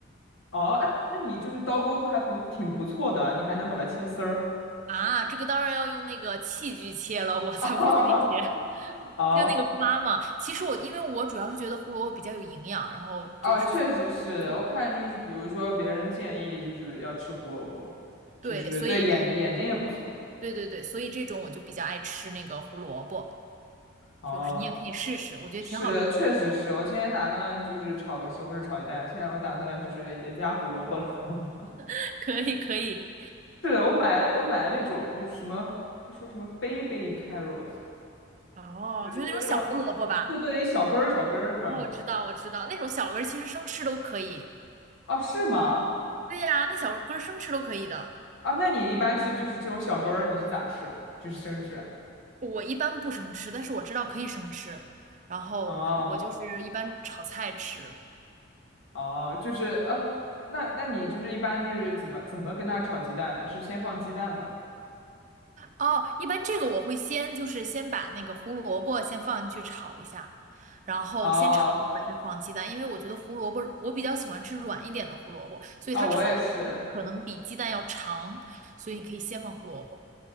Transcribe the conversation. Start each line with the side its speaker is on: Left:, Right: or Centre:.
Left: 哦，哎，那你就是刀工还不挺不错的，你还能把它切丝儿。
Right: 啊。这个当然要用那个器具切了，我才不自己切，
Left: <laughs> 哦
Right: <laughs>
Left: 哦，
Right: 就那个刮嘛。其实我因为我主要是觉得胡萝卜比较有营养，然后就是
Left: 哦确实是的我看就是，
Right: 素，
Left: 比如说别人建议就是要吃胡萝卜，就是对眼睛眼睛也不错。
Right: 对，所以对对对，所以这种我就比较爱吃那个胡萝卜，
Left: 哦，
Right: 就是你也可以试试，我觉得挺好吃，
Left: 是的，确实是。我今天打算就是炒个西红柿炒鸡蛋，现在我打算就是也加胡萝卜了。<laughs>
Right: <laughs> 可以可以。
Left: 是的我买我买的那种就是什么，就说什么 baby carrot。
Right: 哦，
Left: 对，
Right: 就是那种小胡萝卜吧。
Left: 就是那种对对，小根儿小根儿，不知道你们见没？
Right: 哦，我知道我知道，那种小根儿其实生吃都可以。
Left: 哦，是吗？
Right: 对呀，那小根儿生吃都可以的。
Left: 啊，那你一般是就是这种小根儿，你是咋吃啊就是生吃？
Right: 我一般不生吃，但是我知道可以生吃，然后我就是一般炒菜吃。
Left: 哦哦，就是呃，那那你就是一般就是怎么怎么跟它炒鸡蛋呢？是先放鸡蛋吗？
Right: 哦，一般这个我会先就是先把那个胡萝卜先放进去炒一下，然后先炒一会儿再放鸡蛋，
Left: 哦
Right: 因为我觉得胡萝卜我比较喜欢吃软一点的胡萝卜，所以它炒的时间可能比鸡蛋要长，
Left: 哦，我也是。
Right: 所以你可以先放胡萝卜。